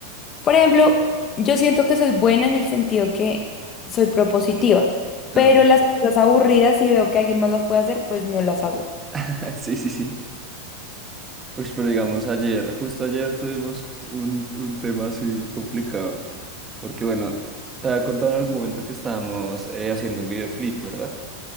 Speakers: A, on the left (about 35°); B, on the right (about 25°).
A: Por ejemplo, yo siento que soy buena en el sentido que soy propositiva, pero
B: Ah,
A: las cosas aburridas, si veo que alguien más las puede hacer, pues no las hago.
B: <laughs> sí, sí, sí. Uy, pero digamos ayer, justo ayer tuvimos un, un tema así complicado, porque bueno, te había contado en algún momento que estábamos eh, haciendo un videoclip, ¿verdad?